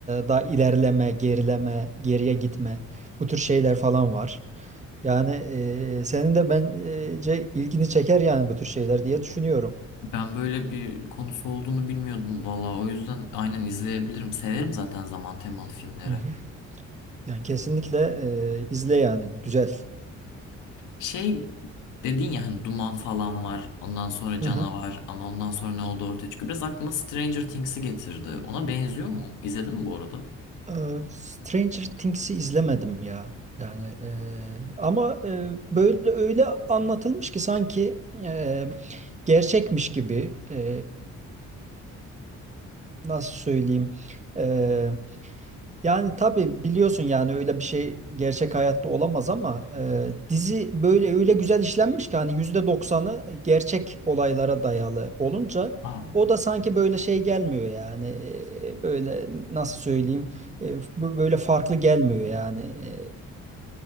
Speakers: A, on the right; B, on the left.
A: da ilerleme, gerileme, geriye gitme bu tür şeyler falan var. Yani e, senin de bence ilgini çeker yani bu tür şeyler diye düşünüyorum.
B: Ben böyle bir konusu olduğunu bilmiyordum valla. O yüzden aynen izleyebilirim. Severim zaten zaman temalı filmleri.
A: Hı hı. Yani kesinlikle e, izle yani güzel.
B: Şey dedin ya hani Duman falan var. Ondan sonra Canavar
A: Hı hı.
B: ama ondan sonra ne oldu ortaya çıkıyor. Biraz aklıma Stranger Things'i getirdi. Ona benziyor mu? İzledin mi bu arada?
A: E, Stranger Things'i izlemedim ya. Yani e, ama e, böyle öyle anlatılmış ki sanki e, gerçekmiş gibi e, nasıl söyleyeyim e, Yani tabii biliyorsun yani öyle bir şey gerçek hayatta olamaz ama e, dizi böyle öyle güzel işlenmiş ki hani yüzde doksanı gerçek olaylara dayalı olunca
B: Aa,
A: o da sanki böyle şey gelmiyor yani e, böyle nasıl söyleyeyim e, bu- böyle farklı gelmiyor yani. E,